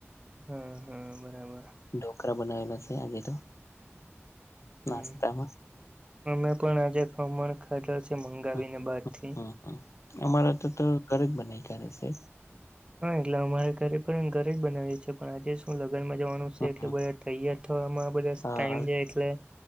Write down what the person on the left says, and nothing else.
ઢોકળા બનાવેલા છે આજે તો નાસ્તામાં.
હમ
હમ અમારા તો તો ઘરે જ બનાઈ કરે છે.
હા
હા